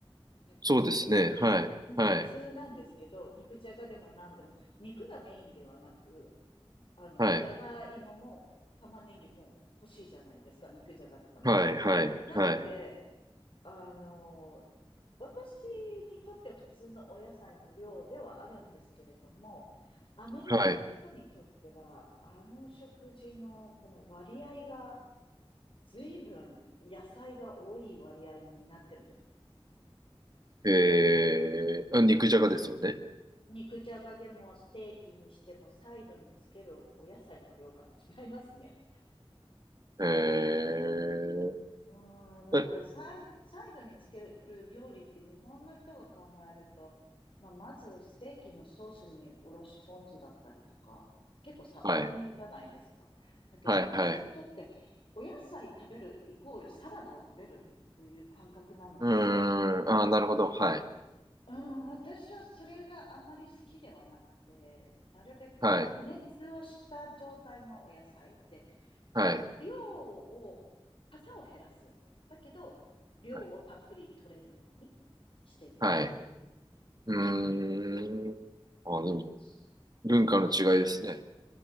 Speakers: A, on the left (about 65°); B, on the right (about 40°).
A: はっきり言って。
B: そうですね。はい、
A: うん、
B: はい、
A: 普通なんですけど、肉じゃがでも何でも、肉がメインではなく、あの、
B: はい、
A: じゃがいもも玉ねぎも欲しいじゃないですか、肉じゃがとかね。
B: はい、はい、
A: なので、
B: はい、
A: あの私にとっては普通のお野菜の量ではあるんですけれども、アメリカの人にとっては、
B: はい。
A: あの食事のこの割合が随分野菜が多い割合になってると思います。
B: えー、あ肉じゃがですよね。
A: うん肉じゃがでもステーキにしてもサイドにつけるお野菜の量が違いますね。
B: えー、
A: うん、だからサイ、
B: え
A: サイドにつける料理って日本の人が考えると、まあ、まずステーキのソースにおろしポン酢だったりとか、結構さっぱりめじゃないですか。
B: はい、
A: だけどこっちの人ってお野菜食べるイコールサラダを食べるという感覚なので、
B: はい、はい。うーん、あー、なるほど。はい、
A: うん、私はそれがあんまり好きではなくて、なるべくこう加熱をした状態のお野菜って
B: はい、はい、
A: 量を、傘を減らす。だけど、量をたっぷり取れるように
B: はい。
A: しています。
B: はいう
A: うん
B: ーん。あーなるほどはいはいはいはいうーんあでも
A: そ
B: 文化の違いですね。
A: そうそう。